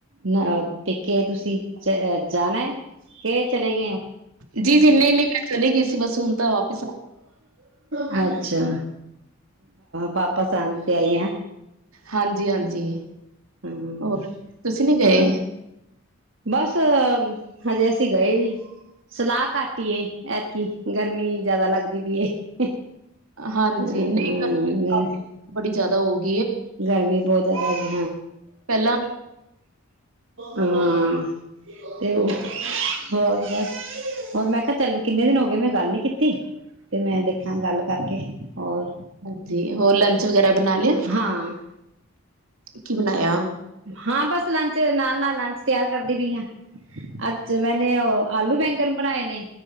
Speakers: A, on the right; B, on the right.
A: ਨਾ ਪਕੇ ਤੁਸੀਂ ਚਹ ਜਾਣਾ। ਕੇ ਚਲੇ ਗਏ।
B: ਜੀ ਜੀ ਨਹੀਂ ਨਹੀਂ ਮੈਂ ਚਲੀ ਗਈ ਸੀ ਬਸ ਹੁਣ ਤਾਂ ਵਾਪਿਸ ਆ
A: ਹਾਂ ਅੱਛਾ। ਵਾਪਸ ਆਉਣ ਦੀ ਤਿਆਰੀ ਹੈ।
B: ਹਾਂਜੀ ਹਾਂਜੀ
A: ਹਾਂ।
B: ਹੋਰ ਤੁਸੀਂ ਨੀ ਗਏ
A: ਹੋਰ ਬਸ, ਹਜੇ ਅਸੀਂ ਗਏ ਨੀ, ਸਲਾਹ ਘੱਟ ਹੀਈ ਐਤਕੀ ਗਰਮੀ ਜਿਆਦਾ ਲੱਗਦੀ ਪਈ।
B: ਹਾਂਜੀ।
A: ਹਮ
B: ਨਹੀਂ, ਗਰਮੀ ਬੜੀ ਜਿਆਦਾ ਹੋਗੀ।
A: ਗਰਮੀ ਬਹੁਤ ਜ਼ਿਆਦਾ ਹੈਗੀ।
B: ਪਹਿਲਾਂ
A: ਹਾਂਜੀ ਹਾਂ। ਅਤੇ ਉਹ ਹੋਰ ਬਸ ਹੋਰ ਮੈਂ ਕਿਹਾ -ਚੱਲ ਕਿੰਨੇ ਦਿਨ ਹੋ ਗਏ ਮੈਂ ਗੱਲ ਨਹੀਂ ਕੀਤੀ। ਤੇ ਮੈਂ ਦੇਖਾਂ, ਗੱਲ ਕਰਕੇ ਹੋਰ
B: ਹਾਂਜੀ। ਹੋਰ ਲੰਚ, ਵਗੈਰਾ ਬਨਨਾ ਲਿਆ।
A: ਹਾਂ
B: ਕੀ ਬਣਾਇਆ।
A: ਹਾਂ ਬਸ ਲੰਚ ਨਾਲ ਨਾਲ ਲੰਚ ਤਿਆਰ ਕਰਦੀ ਪਈ ਹਾਂ ਅੱਛਾ ਮੈਂਨੇ ਉਹ ਆਲੂ ਬੈਂਗਨ ਬਣਾਏ ਨੇ